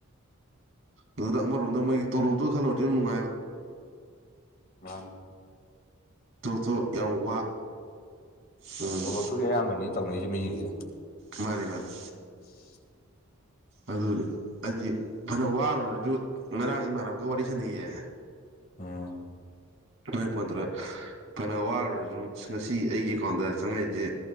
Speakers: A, on the right; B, on the left.
A: ꯑꯗꯨꯗ ꯑꯃꯔꯣꯝꯗ ꯃꯣꯏꯒꯤ ꯇꯣꯂꯣꯞꯇꯣ ꯈꯜꯂꯣꯗꯤ ꯌꯥꯝ ꯅꯨꯡꯉꯥꯏꯕ
B: ꯃꯥꯥꯅꯦ
A: ꯇꯣꯇꯣ ꯌꯥꯎ ꯋꯥ ꯎꯝ
B: ꯇꯣꯂꯣꯞꯨꯒꯤ ꯑꯌꯥꯝꯕꯅꯤ ꯇꯧꯅꯔꯤꯁꯦ ꯃꯤꯌꯦꯡꯁꯦ
A: ꯃꯥꯅꯦ ꯃꯥꯅꯦ
B: <unintelligible>
A: ꯑꯗꯨꯅꯦ ꯍꯥꯏꯗꯤ ꯐꯅ ꯋꯥꯔꯨꯔꯁꯨ ꯉꯔꯥꯡ ꯏꯃꯥꯟꯅꯕꯒ ꯋꯥꯔꯤ ꯁꯥꯟꯅꯩꯌꯦ
B: ꯎꯝ
A: ꯅꯣꯏ ꯐꯣꯟ ꯇꯧꯔꯒ ꯐꯅ ꯋꯥꯔꯨꯔꯁꯨ ꯉꯁꯤ ꯑꯩꯒꯤ ꯑꯦꯀꯥꯎꯟꯗ ꯆꯪꯉꯛꯏꯁꯦ